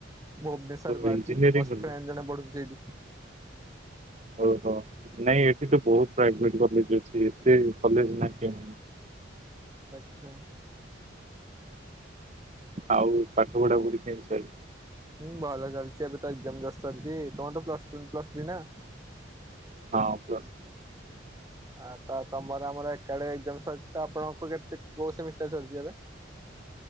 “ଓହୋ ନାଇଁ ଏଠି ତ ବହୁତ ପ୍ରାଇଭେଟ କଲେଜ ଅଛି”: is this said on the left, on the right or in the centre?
Right